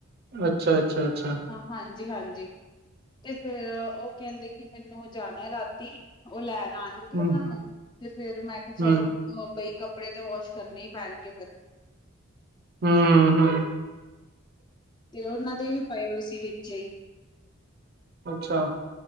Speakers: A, on the right; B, on the left.
A: ਅੱਛਾ, ਅੱਛਾ -ਅੱਛਾ
B: ਹਾਂ ਹਾਂਜੀ-ਹਾਂਜੀ। ਤੇ ਫੇਰ ਉਹ ਕਹਿੰਦੇ ਕਿ ਮੈਨੂੰ ਜਾਣਾ ਰਾਤੀ, ਉਹ ਲੈਣ ਆਣ ਗੇ
A: ਹਮ
B: ਉਹਨਾਂ ਨੂੰ, ਤੇ ਫੇਰ ਮੈਂ ਕਿਹਾ ਚਲੋ
A: ਹਮ
B: ਬਈ ਕੱਪੜੇ ਤੇ ਵਾਸ਼ ਕਰਨੇ ਹੀ ਪੈਣਗੇ ਫੇਰ।
A: ਹਮ-ਹਮ
B: ਤੇ, ਉਹਨਾਂ ਦੇ ਵੀ ਪਏ ਹੋਏ ਸੀ ਵਿੱਚੇ।
A: ਅੱਛਾ।